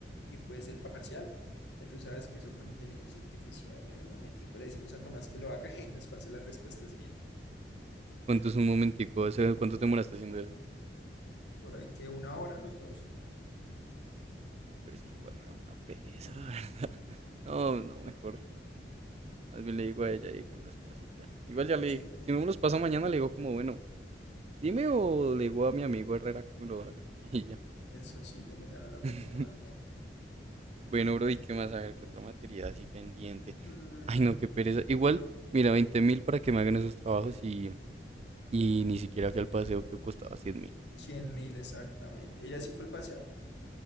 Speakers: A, on the left; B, on the right.
A: y pues el parcial, que tú sabes que eso con inteligencia artificial, en un momentico le decimos a Tomás que lo haga <laughs> y nos pase las respuestas bien.
B: ¿Cuánto es un momentico? Ese- ¿Cuánto te demoraste haciendo eso?
A: Por ahí que una hora los dos.
B: Pero es que igual me da una pereza, la verdad. <laughs> No, no, mejor. Más bien le digo a ella y que me los pase y ya. Igual ya le
A: Sí,
B: dije. Si no me los pasa mañana, le digo como, bueno, dime o le digo a mi amigo Herrera que me lo haga. <laughs> Y ya.
A: eso sí, yo me gano la plática
B: <laughs>
A: más bien.
B: Bueno, bro, ¿y qué más? A ver, ¿qué otra materia así pendiente?
A: Mm,
B: Ay, no, qué pereza. Igual, mira, veinte mil para que me hagan esos trabajos y, y ni siquiera fui al paseo que costaba cien mil.
A: 100 mil exactamente. ¿Ella sí fue el paseo?